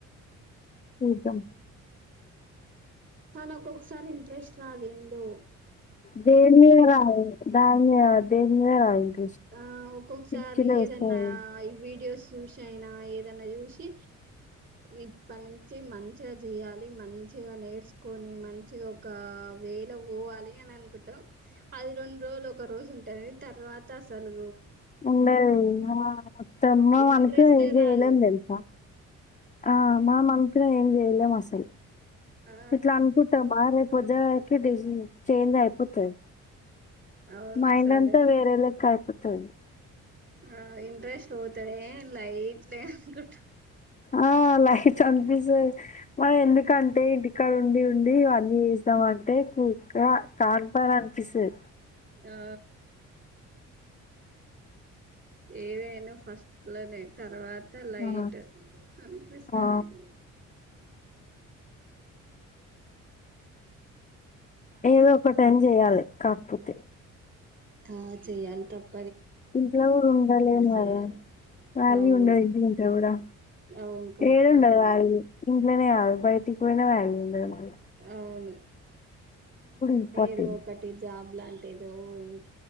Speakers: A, on the left; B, on the right.
A: చూద్దాం
B: ఆ నాకొసారి ఇంట్రెస్ట్ రాదేందో
A: దేని మీద రాదు దాని మీద <unintelligible> <unintelligible>
B: ఆ ఒక్కొక్కసారి
A: పిచ్చి లేస్తది.
B: ఏదన్నా ఈ వీడియోస్ చూసి అయినా ఏదన్నా చూసి ఇప్పటి నుంచి మంచిగా చేయాలి మంచిగా నేర్చుకోని మంచిగా ఒక వేల పోవాలి అని అనుకుంటాం. అది రెండు రోజులు ఒక రోజు ఉంటది తర్వాత్ తసలు
A: ఉండది మొత్తమ్
B: ఇంట్రెస్టే
A: మనకు ఇది
B: రాదు
A: చెయ్లేం తెలుసా ఆ మనం అన్కునేదేం వెళ్ళమసలు
B: ఆ
A: ఇట్లానుకుంటాం <unintelligible> చేంజ్ అయిపోతది
B: అవును
A: మైండ్
B: అసలు
A: అంతా వేరేలా క ఒత్తది
B: ఆ ఇంట్రెస్ట్ ఒ లైట్ లే అనుకుంట
A: ఆ లైట్ అనిపిస్తది. మనం ఎందుకంటే ఇంటికాడ ఉండి ఉండి ఇవన్నీ చేస్తామంటే కానిపననిపిస్తది
B: ఆ ఏవైనా ఫస్ట్ లోనే తర్వాత్ త లైట్
A: ఆ
B: అనిపిస్తది
A: ఆ,
B: <inaudible>
A: ఏదో ఒకటని చెయాలి కాకపోతే
B: ఆ చేయ్యాలి తప్
A: ఇంట్లో కూడా ఉండలేం
B: చేయాలి
A: కదా వాల్యూ
B: అవును
A: ఉండదు ఇంట్లుంటె కూడా
B: అవును కరెక్టే
A: ఏడ ఉండదు
B: అది
A: వాల్యూ
B: కూడా
A: ఇంట్లనే కాదు బయటికి పోయిన వాల్యూ ఉండదు మల్ల
B: అవును
A: ఇంపార్టెంట్
B: ఏదో ఒకటి జాబ్ ఎలాంటిదోయ్